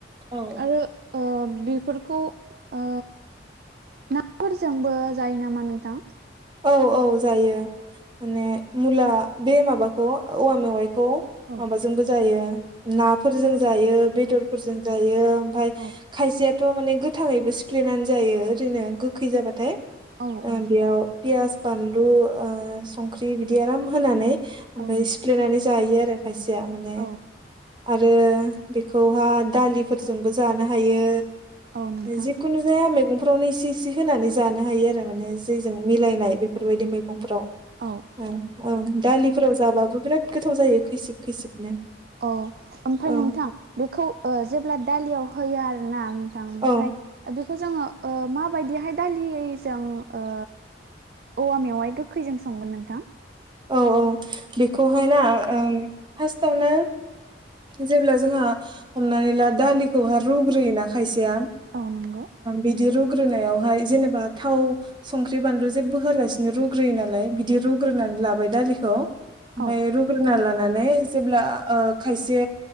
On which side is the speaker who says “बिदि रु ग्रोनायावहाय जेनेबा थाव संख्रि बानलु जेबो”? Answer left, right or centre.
Right